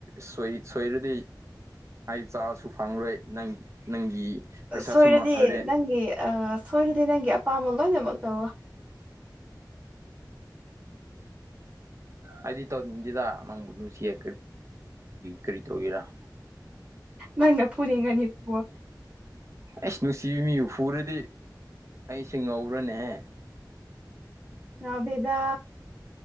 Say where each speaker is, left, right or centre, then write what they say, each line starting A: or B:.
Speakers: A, on the right; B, on the right.
A: ꯁꯣꯏ ꯁꯣꯏꯔꯗꯤ ꯑꯩ ꯆꯥꯕꯁꯨ ꯐꯪꯂꯣꯏ ꯅꯪ ꯅꯪꯒꯤ ꯄꯩꯁꯥꯁꯨ
B: ꯁꯣꯏꯔꯗꯤ
A: ꯃꯥꯡꯍꯜꯂꯦ
B: ꯅꯪꯒꯤ ꯁꯣꯏꯔꯗꯤ ꯅꯪꯒꯤ ꯑꯄꯥꯝꯕ ꯂꯣꯏꯅꯃꯛ ꯇꯧꯋ
A: ꯑꯩꯗꯤ ꯇꯧꯅꯤꯡꯁꯤꯗ ꯅꯪꯕꯨ ꯅꯨꯡꯁꯤꯗꯥ ꯀꯔꯤ ꯇꯒꯔꯥ
B: ꯅꯪꯅ ꯐꯨꯅꯤꯡꯉꯗꯤ ꯐꯨꯋꯣ
A: ꯑꯩꯁ ꯅꯨꯡꯁꯤꯕꯤ ꯃꯤꯕꯨ ꯐꯨꯔꯗꯤ ꯑꯩꯁꯦ ꯉꯧꯔꯅꯦꯍꯦ
B: ꯅꯕꯤꯗꯥ